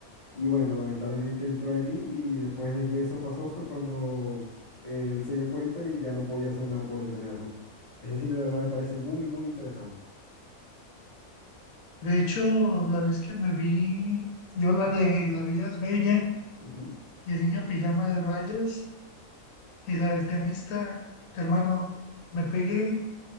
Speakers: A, on the left; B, on the left.
A: y bueno, lamentablemente entró allí y después de que eso pasó fue cuando él se dio cuenta y ya no podía hacer nada por detenerlo. Ese cine de verdad me parece muy, muy interesante.
B: De hecho, la vez que me vi, yo la de La vida es bella
A: Ujú,
B: y el niño pijama de rayas y la del pianista, hermano, me pegué.